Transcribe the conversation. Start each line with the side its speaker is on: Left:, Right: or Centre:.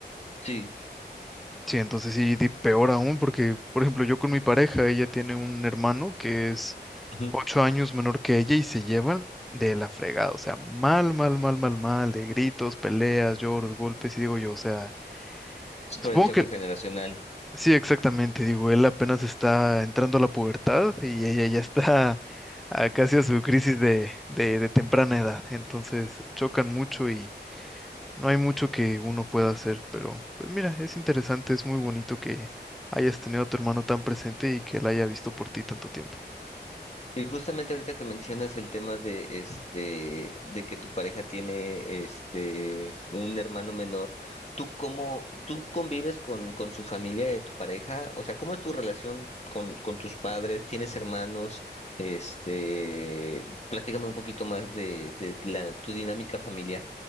Left: Sí,
Centre: Sí, entonces sí, di- peor aún, porque, por ejemplo, yo con mi pareja, ella tiene un hermano que es
Left: ujú.
Centre: ocho años menor que ella y se llevan de la fregada, o sea, mal, mal, mal, mal, mal, de gritos, peleas, lloros, golpes, y digo yo, o sea,
Left: Es por
Centre: supongo
Left: el choque
Centre: que,
Left: generacional.
Centre: sí, exactamente, digo, él apenas está entrando a la pubertad y ella ya está <laughs> a casi a su crisis de, de, de temprana edad, entonces chocan mucho no hay mucho que uno pueda hacer, pero pues mira, es interesante, es muy bonito que hayas tenido a tu hermano tan presente y que él haya visto por ti tanto tiempo.
Left: Y justamente ahorita que mencionas el tema de este de que tu pareja tiene este un hermano menor, ¿tú cómo tú convives con con su familia de tu pareja? O sea, ¿cómo es tu relación con con tus padres? ¿Tienes hermanos? Este, platícame un poquito más de de la tu dinámica familiar.